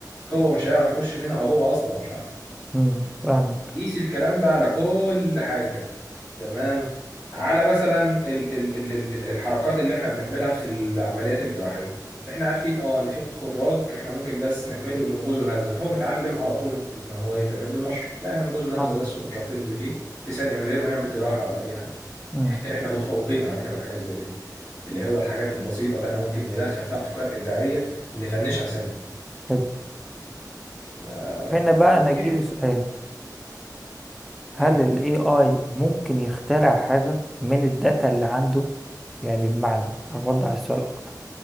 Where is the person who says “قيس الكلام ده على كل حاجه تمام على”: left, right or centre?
Left